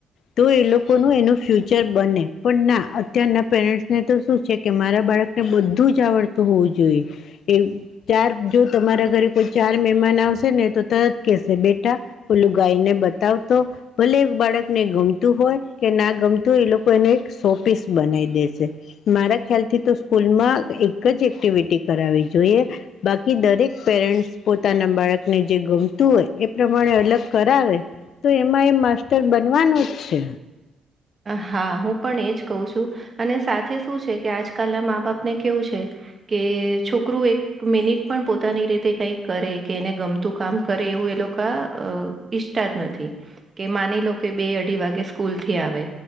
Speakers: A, on the left; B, on the right.
A: તો એ લોકોનુ એનું ફ્યુચર ફયુચર બને પણ ના અત્યારના પેરેન્ટ્સને તો શું છે કે મારા બાળકને બધું જ આવડતું હોવું જોઈએ એવુ ચાર જો તમારા ઘરે કોઈ ચાર મહેમાન આવશે ને તો તરત કેશે બેટા ઓલું ગાયને બતાવતો ભલે બાળકને ગમતું હોય કે ના ગમતું તો એ લોકો એને એક સો પીસ બનાવી દેશે મારા ખ્યાલ થી તો સ્કૂલમાં એક જ એક એક્ટિવિટી કરાવવી જોઈએ બાકી દરેક પેરેન્ટ્સ પોતાના બાળકને જે ગમતું હોય એ એ પ્રમાણે અલગ કરાવે તો એમાં એ માસ્ટર બનવાનો જ છે.
B: હા હું પણ એજ કઉ છું અને સાથે શું છે કે આજકાલના મા બાપને કેવું છે. કે છોકરું એક મિનિટ પણ પોતાની રીતે કઈક કરે કે એને ગમતું કામ કરે એવું એ લોક એ લોકા અ ઈચ્છતા જ નથી કે માની લો કે બે અઢી વાગે સ્કૂલથી આવે.